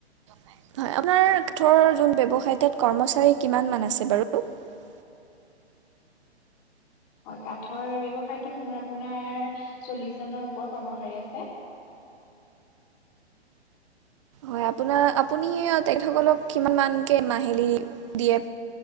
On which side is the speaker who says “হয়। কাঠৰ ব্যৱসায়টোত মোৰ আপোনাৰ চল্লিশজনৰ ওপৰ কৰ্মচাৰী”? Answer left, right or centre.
Left